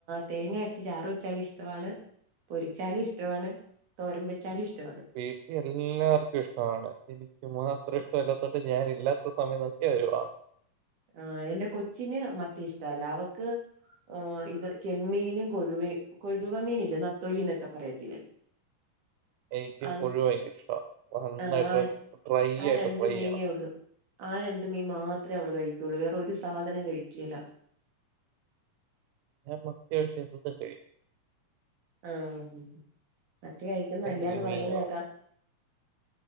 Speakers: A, on the right; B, on the right.
A: തേങ്ങ അരച്ച് ചാറ് വെച്ചാലും ഇഷ്ടമാണ് പൊരിച്ചാലും ഇഷ്ടാണ് തോരൻ വെച്ചാലും ഇഷ്ടാണ്
B: വീട്ടിൽ എല്ലാർക്കും ഇഷ്ടമാണ് എനിക്ക് മാത്രം ഇഷ്ടമല്ലാത്തുകണ്ട് ഞാന് ഇല്ലാത്ത സമയം നോക്കി അവര് വാങ്ങും
A: ആ എന്റെ കൊച്ചിന് മത്തി ഇഷ്ടല്ല അവക്ക് ആ ഇത് ചെമ്മീനും കൊഴുവയും കൊഴുവ മീന് ഇല്ലേ നത്തോലി എന്നൊക്കെ പറയത്തില്ലേ
B: എനിക്ക്
A: അങ്
B: കൊഴുവഭയങ്കര ഇഷ്ട നന്നായിട്ട്
A: ആഹ്
B: ഡ്രൈ
A: ആ
B: ആയിട്ട്
A: രണ്ട്
B: ഫ്രൈ
A: മീനേ
B: ചെയ്യണം
A: ഉള്ളൂ ആ രണ്ട് മീം മാത്ര അവള് കഴിക്കുള്ളൂ വേറ ഒരു സാധനം കഴിക്കെല
B: ഞാൻ മത്തി ഒഴിച് എന്തും കഴിക്കും
A: ആ ഉം മത്തികഴിക്കുന്നത്
B: കരിമീനോ
A: നല്ലന്ന് പറയുന്നേക്കാം